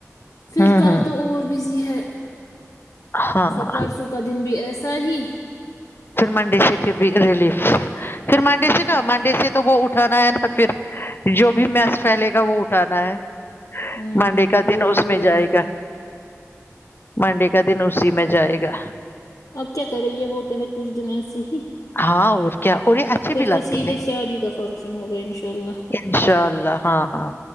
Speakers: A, on the left (about 80°); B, on the left (about 40°).
A: پھر
B: ہوں
A: کل
B: ہوں
A: تو اور بزی ہے
B: ہاں
A: پھر پرسوں کا دن بھی ایسا صی
B: پھر منڈے سے پھر بھی ریلیف پھر مانڈے
A: ہوں
B: سے کہ مانڈے سے تو وہ اٹھ اٹھانا ہے نہا پھر جو بھی میس پھیلے گا وہ اٹھانا ہے
A: ہوں
B: منڈے کا دن
A: وہ
B: اس
A: بھی بات
B: میں جائے
A: ہے
B: گا منڈے کا دن اسی میں جائے گا
A: اب کیا کر رہی ہے ہوتے ہے کچھ دن ایسے ہی
B: ہاں اور کیا اور یہ اچھی
A: پھر
B: بھی لگتی
A: تو سیدھے
B: ہے
A: شادی کا فنکشن ہوگا انشاءاللہ
B: انشاء اللہ ہاں ہاں